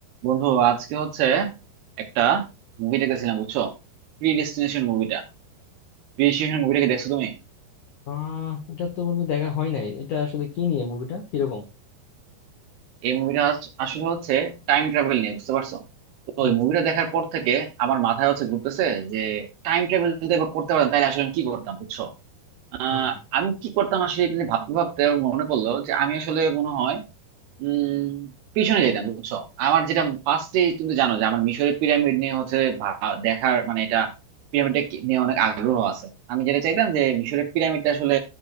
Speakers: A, on the right (about 70°); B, on the left (about 80°).
A: বন্ধু আজকে হচ্ছে একটা মুভি দেখেছিলাম বুঝছো প্রি ডেস্টিনেশন মুভিটা প্রি ডেস্টিনেশন মুভিটা কি দেখছো তুমি
B: আহ এটা তো বন্ধু দেখা হয় নাই এটা আসলে কি নিয়ে মুভিটা কিরকম
A: এই মুভিটা আসলে হচ্ছে টাইম ট্রাভেল নিয়ে বুঝতে পারছো তো ওই
B: আচ্ছা
A: মুভিটা দেখার পর থেকে আমার মাথায় হচ্ছে ঘুরতেছে যে টাইম ট্রাভেল যদি এবার করতে পারতাম তাহলে আসলে আমি কি করতাম বুঝছো আহ,
B: হুম।
A: আমি কি করতাম আসলে এটা নিয়ে ভাবতে ভাবতে আমার মনে পড়লো যে আমি আসলে মনে হয় উম পিছনে যেতাম বুঝছো আমার যেটা ফার্স্টে তুমি তো জানো যে আমার মিশরের পিরামিড নিয়ে হচ্ছে ভা- দেখার মানে এটা পিরামিডটা কি- নিয়ে অনেক আগ্রহ আছে আমি যেটা চাইতাম যে মিশরের পিরামিডটা আসলে